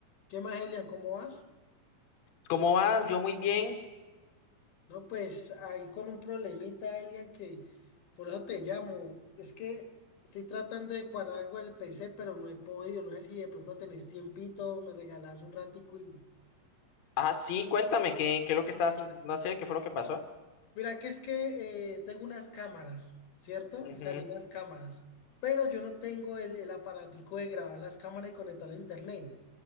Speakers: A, on the left (about 75°); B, on the left (about 60°).
A: ¿Qué más, Elian? ¿Cómo vas?
B: ¿Cómo vas? Yo muy bien.
A: No, pues ahí con un problemita, Elian, que por eso te llamo. Es que estoy tratando de cuadrar algo del PC, pero no he podido. No sé si de pronto tenés tiempito, me regalás un ratico y...
B: Ah, sí, cuéntame, ¿qué, qué es lo que estabas intentando hacer? ¿Qué fue lo que pasó?
A: Mira que es que eh, tengo unas cámaras, ¿cierto?
B: Ujú,
A: Y salí unas cámaras. Pero yo no tengo el, el aparatico de grabar las cámaras y conectarlo a internet.